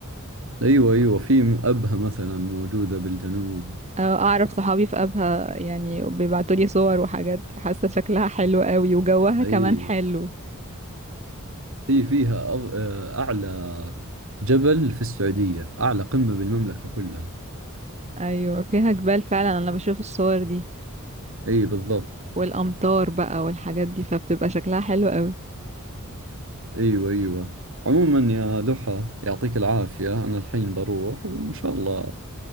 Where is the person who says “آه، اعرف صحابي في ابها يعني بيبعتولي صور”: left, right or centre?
Right